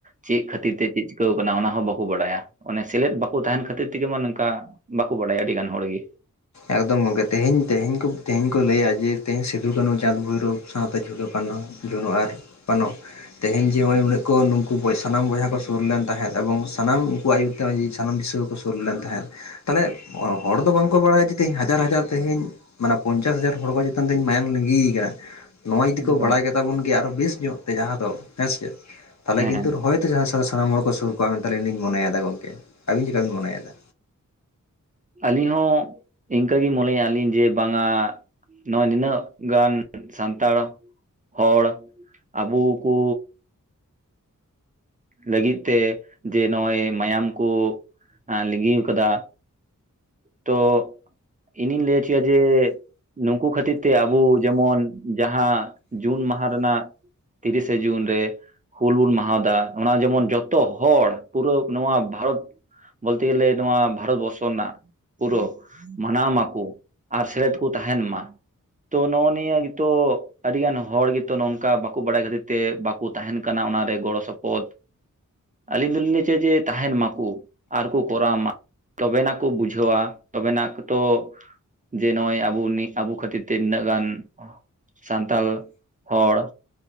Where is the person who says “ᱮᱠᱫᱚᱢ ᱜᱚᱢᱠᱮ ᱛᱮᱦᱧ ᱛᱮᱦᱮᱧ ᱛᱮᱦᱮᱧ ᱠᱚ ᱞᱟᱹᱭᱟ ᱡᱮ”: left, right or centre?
Left